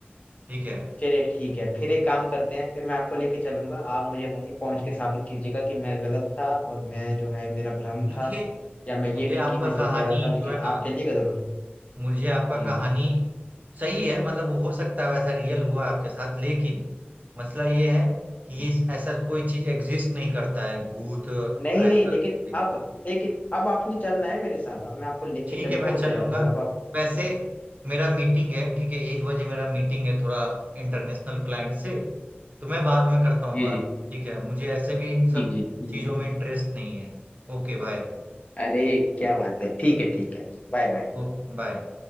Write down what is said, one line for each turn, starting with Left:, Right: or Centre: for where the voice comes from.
Right: ठीक है
Left: चलिए ठीक है फिर एक काम करते हैं फिर मैं आपको लेके चलूंगा आप मुझे वहीं पहुंच के साबित कीजिएगा कि मैं गलत था और मैं जो है मेरा भ्रम
Right: मुझे
Left: था या मैं
Right: मुझे
Left: ये भी
Right: आपका
Left: कि मैं जुड़
Right: कहानी
Left: के रहा था
Right: जो
Left: लेकिन
Right: है ना
Left: आप चलिएगा जरूर
Right: मुझे आपका
Left: जी
Right: कहानी सही है मतलब हो सकता है वैसा रियल हुआ आपके साथ लेकिन मसला ये है कि
Left: जी
Right: ये ऐसा कोई चीज एग्जिस्ट नहीं करता है भूत ऐसा
Left: नहीं नहीं लेकिन
Right: something।
Left: अब लेकिन अब आपने चलना है मेरे साथ अब मैं आपको लेके
Right: ठीक
Left: चलूंगा
Right: है मैं
Left: उस
Right: चल
Left: जगह
Right: लूंगा
Left: पर अब आप
Right: वैसे
Left: जी
Right: मेरा मीटिंग है ठीक है एक बजे मेरा मीटिंग है थोड़ा इंटरनेशनल क्लाइंट से तो मैं बाद में करता हूँ
Left: जी
Right: बात ठीक है मुझे ऐसे भी इन सब
Left: जी जी जी।
Right: चीजों में इंटरेस्ट नहीं है Okay bye
Left: अरे क्या बात है ठीक है ठीक है Bye bye
Right: Okay bye